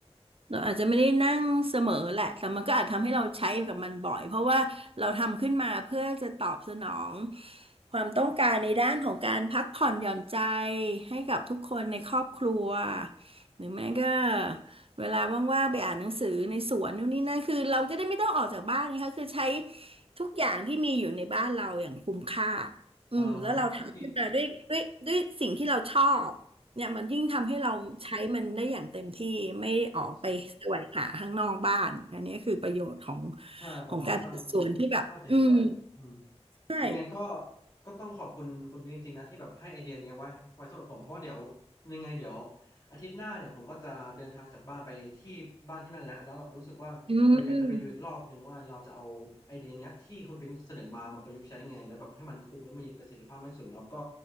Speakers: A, on the right (about 55°); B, on the left (about 35°).
A: เราอาจจะไม่ได้นั่งเสมอแหละแต่มันก็อาจทำให้เราใช้กับมันบ่อยเพราะว่าเราทำขึ้นมาเพื่อจะตอบสนองความต้องการในด้านของการพักผ่อนหย่อนใจให้กับทุกคนในครอบครัวหรือแม้ก็เวลาว่างๆไปอ่านหนังสือในสวนนู่นนี่นั่นคือเราจะได้ไม่ต้องออกจากบ้านนะคะคือใช้ทุกอย่างที่มีอยู่ในบ้านเราอย่างคุ้มค่าอืมแล้วเราทำขึ้นมาด้วยด้วยด้วยสิ่งที่เราชอบ
B: อ๋อโอเค
A: เนี่ยมันยิ่งทำให้เราใช้มันได้อย่างเต็มที่ไม่ออกไปแสวงหาข้างนอกบ้านอันนี้คือประโยชน์ของ
B: โอเค ใช่ผมค่อนข้าง
A: ของการจัดสวนที่แบบอืม
B: ค่อนข้างจะเห็นด้วยอืม
A: ใช่
B: ยังไงก็ก็ต้องขอบคุณคุณบิ๊กจริงๆนะที่แบบให้ไอเดียเนี้ยไว้ไว้สำหรับผมเพราะว่าเดี๋ยวยังไงเดี๋ยวอาทิตย์หน้าเนี่ยผมก็จะเดินทางจากบ้านไปที่บ้านที่นั่นแหล้วแล้วรู้สึกว่าเอออยากจะไปดูอีกรอบหนึ่งว่าเราจะเอาไอเดียเนี้ยที่คุณบิ๊กเสนอมามาประยุกต์ใช้ไงแล้วแบบให้มันคุ้มและมีประสิทธิภาพมากที่สุดแล้วก็
A: อืม